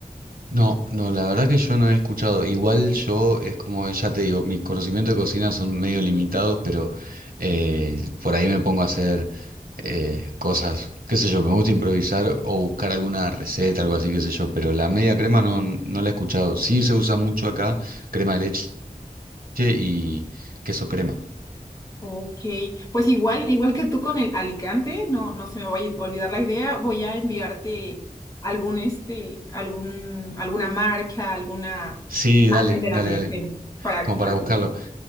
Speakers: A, on the right (about 75°); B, on the left (about 25°).
A: No, no, la verdad que yo no he escuchado. Igual yo, es como ya te digo, mis conocimientos de cocina son medio limitados, pero eh, por ahí me pongo a hacer eh, cosas, qué sé yo, me gusta improvisar o buscar alguna receta, algo así, qué sé yo, pero la media crema no, no la he escuchado. Sí se usa mucho acá, crema de leche y queso crema.
B: Ok, pues igual, igual que tú con el Alicante, no, no se me vaya a olvidar la idea, voy a enviarte algún este, algún, alguna marca, alguna
A: Sí,
B: imagen
A: dale,
B: de la
A: dale,
B: media
A: dale,
B: crema para,
A: como
B: para
A: para buscarlo.
B: coincidir.